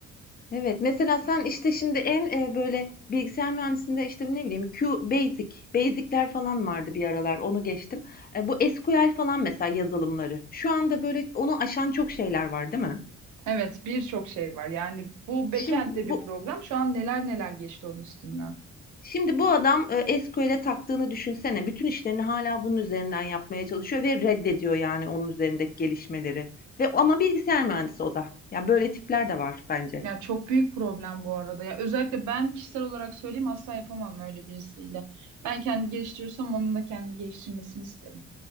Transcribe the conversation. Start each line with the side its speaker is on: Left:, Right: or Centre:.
Left: Evet. Mesela sen işte şimdi en, eee, böyle bilgisayar mühendisinde işte ne bileyim Q Basic, Basic'ler falan vardı bir aralar. Onu geçtim. Eee, bu SQL falan mesela yazılımları. Şu anda böyle onu aşan çok şeyler var, değil mi?
Right: Evet, birçok şey var. Yani bu
Left: Şimdi
Right: backend'de
Left: bu
Right: bir program. Şu an neler neler geçti onun üstünden.
Left: Şimdi bu adam e, SQL'e taktığını düşünsene. Bütün işlerini hala bunun üzerinden yapmaya çalışıyor ve reddediyor yani onun üzerindeki gelişmeleri. Ve ama bilgisayar mühendisi o da. Ya böyle tipler de var bence.
Right: Ya çok büyük problem bu arada. Ya özellikle ben kişisel olarak söyleyeyim asla yapamam öyle birisiyle. Ben kendimi geliştiriyorsam onun da kendini geliştirmesini isterim.